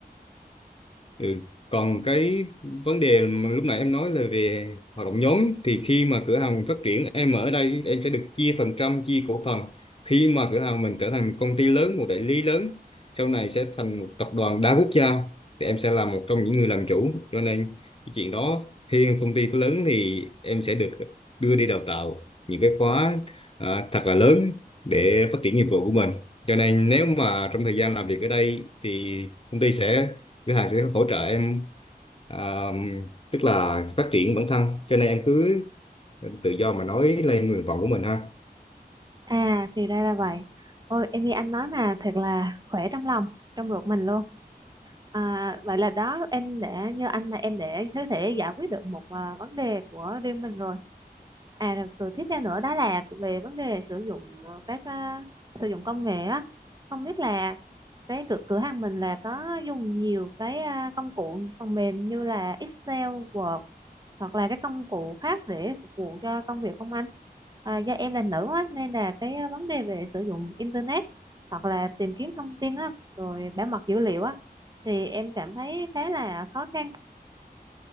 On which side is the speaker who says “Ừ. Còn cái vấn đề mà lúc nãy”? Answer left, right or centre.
Left